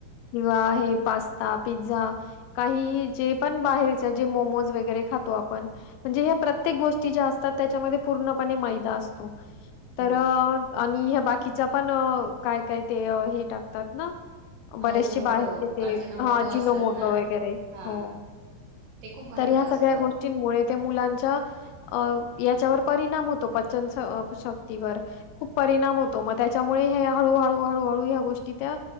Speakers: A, on the left; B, on the right.
A: <unintelligible> हे पास्ता पिझ्झा काही जे पण बाहेर च जे मोम्मोज वगैर खातो आपण म्हंजे ह्या प्रत्येक गोष्टीत ज्या अस त्याच्यामध्ये पूर्णपणे मैदा असतो.
B: हो
A: तर अ आणि ह्या बाकीच्या पण काय काय ते हे टाकतात ना बरेचसे
B: अजिनोमोटो
A: बाहेरचे ते
B: अजिनोमोटो
A: हं अजिनो
B: असतात
A: मोटो
B: ना
A: वगैरे
B: हा
A: हो
B: ते खूप घातक
A: तर ह्या
B: असतं
A: सगळ्या गोष्टींमुळे त्या मुलांच्या अ. याच्यावर परिणाम होतो पचन संस शक्तीवर खूप परिणाम होतो. म त्याच्यामुळे हे हळूहळू हळूहळू ह्या गोष्टी त्या